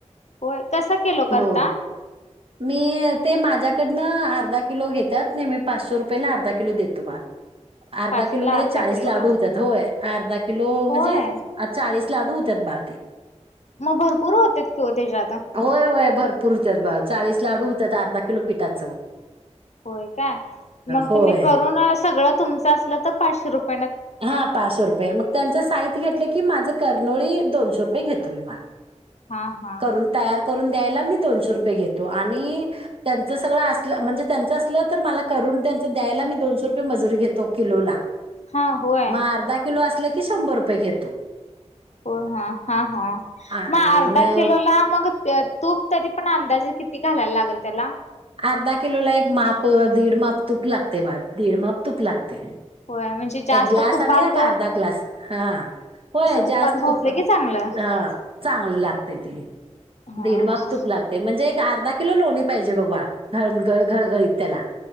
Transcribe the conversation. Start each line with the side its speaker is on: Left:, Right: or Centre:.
Left: होय कसं किलो करता
Right: हो मी ते माझ्या कडनं अर्धा किलो घेतात नाही मी पाचशे रुपयेला अर्धा किलो देतो बा. अर्धा
Left: पाचशेला
Right: किलो मध्ये
Left: अर्धा
Right: चाळीस
Left: किलो
Right: लाडू
Left: का
Right: होतात होय अर्धा किलो म्हणजे
Left: होय
Right: चाळीस लाडू होत्यात बाळ ते
Left: मग भरपूर होते कि ओ त्याच्यात
Right: होय होय भरपूर त्यात बाळ चाळीस लाडू होतात अर्धा किलो पीठाचं.
Left: होय काय मग
Right: होय.
Left: तुम्ही करून सगळं तुमचं असलं तर पाचशे रुपये
Right: हा पाचशे रुपये मग त्यांचं साहित्य घेतलं की माझं कर्नोळी दोनशे रुपये घेतो मी मला
Left: हा हा
Right: करून तयार करून द्यायला मी दोेनशे रुपये घेतो आणि त्यांच सगळं असलं म्हणजे त्यांच असलं तर ते द्यामला करून द्यायला मी दोनशे रुपये मजुरी घेतो किलोला
Left: हा होय
Right: मग अर्धा किलो असले की शंभर रुपये घेतो.
Left: हो हा हा हा
Right: आणि
Left: मग अर्धा
Right: मग
Left: किलो ला मग तूप तरी पण अंदाजे किती घालायला लागेल त्याला
Right: अर्धा किलोला एक माप दीड माप तूप लागते बाळ दीड माप तूप लागते.
Left: होय म्हणजे जास्त
Right: एक ग्लास
Left: तुपात
Right: आणि एक अर्धा ग्लास हा होय
Left: तुपात
Right: जास्त
Left: भाजलं
Right: तुप-
Left: की चांगलं
Right: ह चांगलं लागतात ते
Left: हा
Right: दीड माप
Left: हा
Right: तूप लागते म्हणजे अर्धा किलो लोणी पाहिजे बघ बाळा घळघळ घळघळीत त्याला